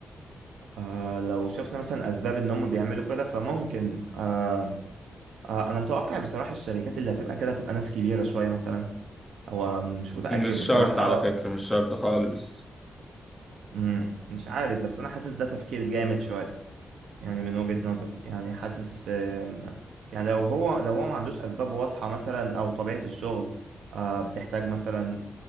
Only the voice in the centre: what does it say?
مش
شرط على فكره مش شرط خالص